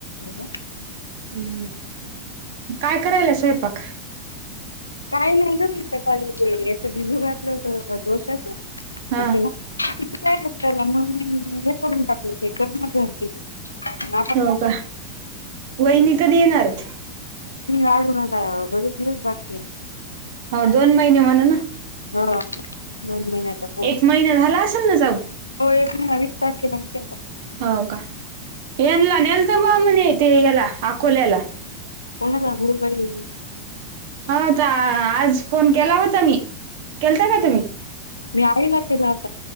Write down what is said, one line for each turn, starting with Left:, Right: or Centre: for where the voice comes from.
Left: ब का
Right: ् काय करायला स्वयंपाक.
Left: काय नाही ना मी सकाळी ते याच बिजू घातलं होत दोषाच
Right: हा.
Left: अ तला किती काय कसतयला म हे करून टाकले ते कर <unintelligible> म
Right: हो का वहिनी कधी येणार आहेत?
Left: आ घट बरी बाकी
Right: हो, दोन महिने म्हणून.
Left: हो दोन महिन्याचा कोर्स
Right: एक महिना
Left: आहे
Right: झाला असेल ना जाऊ
Left: हो एक महि विस्तार केला मचा
Right: हो का. यांना नेल्थ बा म्हणे ते याला अकोल्याला.
Left: कोणादा गरबाई
Right: हां तर आज फोन केला होता. मी केलता का तुम्ही?
Left: मी आईला त्याला